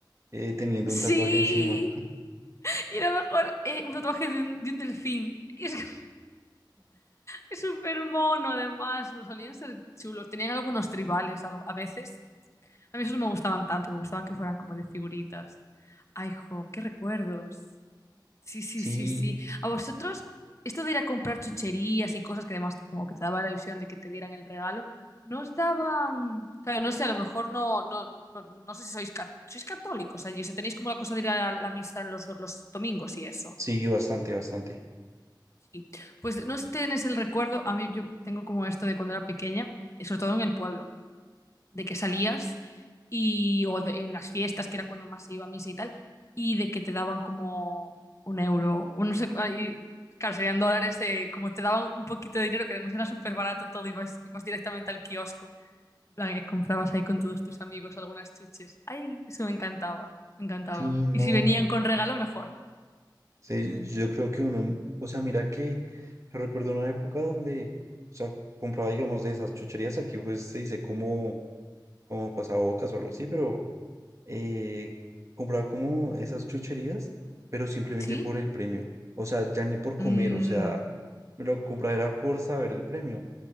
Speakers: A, on the right; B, on the left.
A: eh, teniendo
B: ¡Sí!
A: un tatuaje encima.
B: Y era mejor eh, un tatuaje de un, de un delfín. Y es <laughs> que es súper mono, además. Los solían ser chulos. Tenían algunos tribales algo- a veces. A mí esos no me gustaban tanto, me gustaban que fueran como de figuritas. Ay, jo, qué recuerdos. Sí, sí,
A: Sí,
B: sí, sí. A vosotros, esto de ir a comprar chucherías y cosas que además como que te daba la ilusión de que te dieran el regalo, ¿no os daban? Claro, no sé, a lo mejor no, no, no, no sé si sois, ca- sois católicos allí, o sea, tenéis como la cosa de ir a la misa en los, do- los domingos y eso.
A: sí, bastante, bastante.
B: Sí. Pues no sé si tenéis el recuerdo, a mí yo tengo como esto de cuando era pequeña, y sobre todo en el pueblo de que salías y o de- en las fiestas, que era cuando más se iba a misa y tal, y de que te daban como un euro, o no sé, cu- ahí, claro, serían dólares, eh, como te daban un poquito de dinero, que además era súper barato todo, ibas, ibas directamente al kiosco, en plan, eh, comprabas ahí con todos tus amigos algunas chuches. Ay, eso me encantaba, me encantaba.
A: Sí, no.
B: Y si venían con regalo, mejor.
A: sí, yo creo que uno, o sea, mira que yo recuerdo una época donde, o sea, compraba, digamos, de esas chucherías. Aquí pues se dice como, como pasabocas o algo así, pero eh, compraba como esas chucherías, pero simplemente
B: ¿Sí?
A: por el premio. O sea, ya ni por comer,
B: Mm,
A: o sea, me lo compraba era por saber el premio,